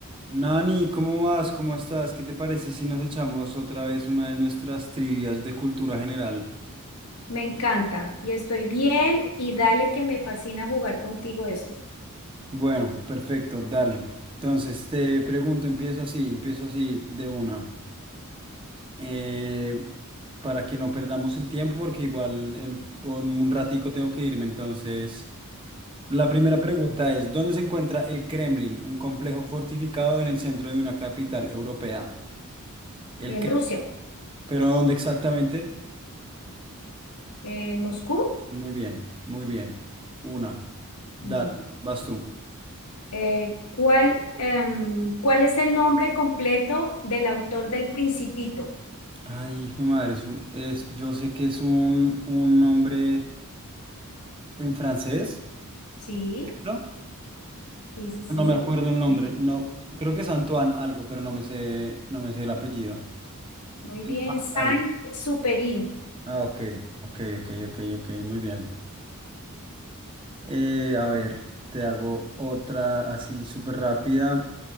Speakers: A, on the right; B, on the left.
A: Nani, ¿cómo vas? ¿Cómo estás? ¿Qué te parece si nos echamos otra vez una de nuestras trivias de cultura general?
B: Me encanta y estoy bien y dale que me fascina jugar contigo esto.
A: Bueno, perfecto, dale. Entonces, te pregunto, empiezo así, empiezo así de una. Eh, para que no perdamos el tiempo, porque igual en, en un ratico tengo que irme. Entonces, la primera pregunta es, ¿dónde se encuentra el Kremlin, un complejo fortificado en el centro de una capital europea? El
B: En
A: Kremlin.
B: Rusia,
A: ¿Pero dónde exactamente?
B: en Moscú.
A: Muy bien, muy bien. Una. Dale,
B: Bueno,
A: vas tú.
B: Eh, ¿cuál, em, ¿cuál es el nombre completo del autor del Principito?
A: Ay, hijo de madre, es un, es, yo sé que es un, un nombre en francés,
B: Sí,
A: ¿no?
B: sí, sí, sí.
A: No me acuerdo el nombre,
B: sí.
A: no, creo que es Antoine algo, pero no me sé, no me sé el apellido.
B: Muy bien,
A: Antoine
B: Saint-Exupéry.
A: algo. Ah, ok, ok, ok, ok, ok, muy bien. Eh, a ver, te hago otra así súper rápida.